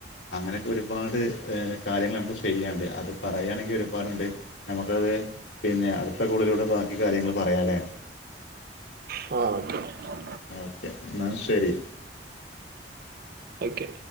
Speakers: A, on the left; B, on the right.
A: അങ്ങനൊക്കെ ഒരുപാട് എ കാര്യങ്ങള് ഞമ്മക്ക് ചെയ്യാണ്ട് അതു <unintelligible> പറയാണെങ്കി ഒരുപാടുണ്ട് നമുക്കത് പിന്നെ അടുത്ത കോളിലൂടെ ബാക്കി കാര്യങ്ങൾ പറയാ ല്ലേ
B: <inaudible> ആ ആ
A: ഓക്കെ ന്നാ ശെരി
B: ഓക്കെ